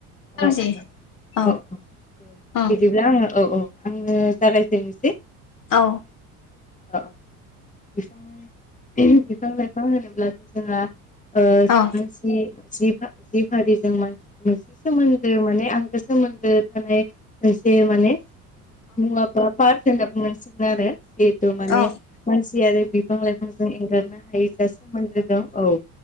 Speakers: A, on the left; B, on the left.
A: सावरायजायो
B: अ 'अ
A: औ
B: 'अ' अ 'दे
A: औ
B: बिदिब्ला आङो औ - औ। आं थाराय तनोसि <unintelligible>
A: औ।
B: अ'‌ बिफां बिफां लाइफां होनोब्लासो जोंहा ओ
A: औ
B: मानसि जि जि हारिजोंा <unintelligible> नसि मोनसे सोमोन्दो माने आंगो सोमोन्दो थानाय मोनसे माने मुवा ा पारसेन्टाब मोनसिग आरो जिेतु माने
A: औ
B: <unintelligible> मानसि आरो बिफां - लाइफांजों एंगारनो हायै जा सोमोन्दो दं औ